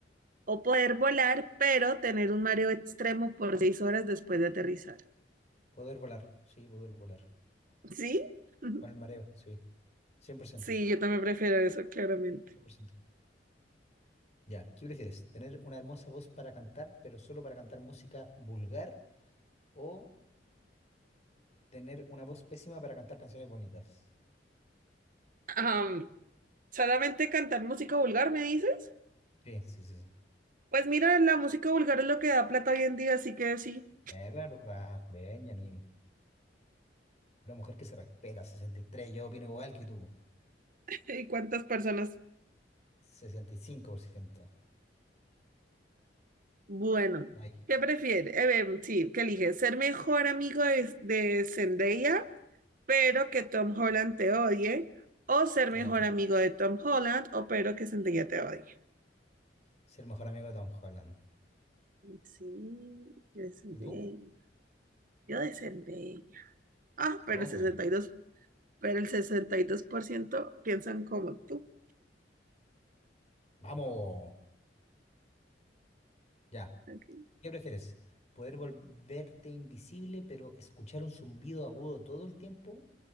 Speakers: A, on the right; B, on the left.
A: ¿O poder volar, pero tener un mareo extremo por seis horas después de aterrizar?
B: poder volar. Sí, poder volar.
A: ¿Sí? <laughs>
B: Con el mareo, sí. cien cien por ciento
A: Sí, yo también prefiero eso, claramente.
B: cien por ciento Ya, ¿qué prefieres? ¿Tener una hermosa voz para cantar, pero solo para cantar música vulgar? ¿O tener una voz pésima para cantar canciones bonitas?
A: Am, ¿solamente cantar música vulgar, me dices?
B: Sí, sí, sí. sí.
A: Pues mira, la música vulgar es lo que da plata hoy en día, así que sí.
B: Es verdad, bien, Janine. Una mujer que se respeta, 63. Yo opino igual que tú,
A: <laughs> ¿Y cuántas personas?
B: 65%.
A: Bueno,
B: Ahí
A: ¿qué prefieres? Eh, em, sí, ¿qué eliges? ¿Ser mejor amigo de, de Zendaya pero que Tom Holland te odie, o ser
B: queda.
A: mejor amigo de Tom Holland, o pero que Zendaya te odie.
B: Ser el mejor amigo de Tom Holland.
A: Sí, yo de Zendaya,
B: ¿Y tú?
A: yo de Zendaya. Ah,
B: Toma,
A: pero el sesenta
B: eh.
A: y dos, pero el 62% piensan como tú.
B: Vamos. Ya.
A: Ok.
B: ¿Qué prefieres? ¿Poder volverte invisible pero escuchar un zumbido agudo todo el tiempo?